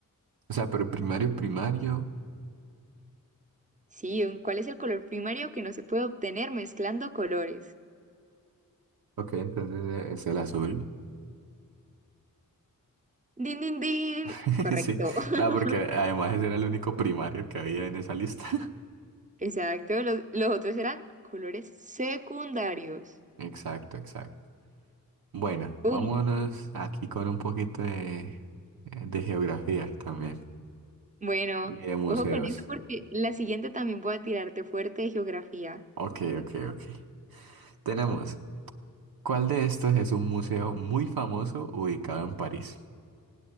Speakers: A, on the right; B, on the right.
A: O sea, pero primario, primario.
B: Sí, un- ¿cuál es el color primario que no se puede obtener mezclando colores?
A: Ok, entonces eh, es el azul.
B: Din, din, din.
A: <laughs>
B: Correcto.
A: Sí,
B: <laughs>
A: claro, porque además ese era el único primario que había en esa lista. <laughs>
B: Exacto. Los, los otros eran colores secundarios.
A: Exacto, exacto. Bueno,
B: Uy,
A: vámonos aquí con un poquito de, eh, de geografía también
B: bueno,
A: y de museos.
B: ojo con eso porque la siguiente también voy a tirarte fuerte de geografía.
A: Ok, ok, ok. Tenemos, ¿cuál de estos es un museo muy famoso ubicado en París?